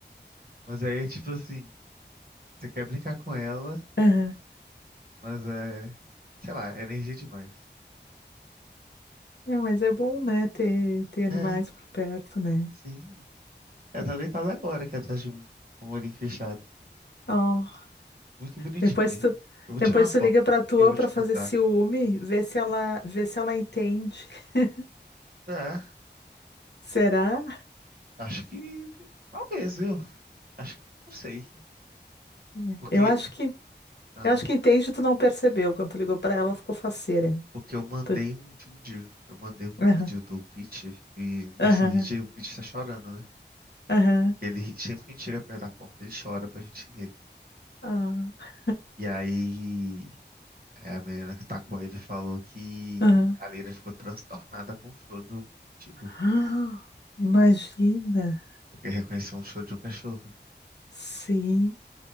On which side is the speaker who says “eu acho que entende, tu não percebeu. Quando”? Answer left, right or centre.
Left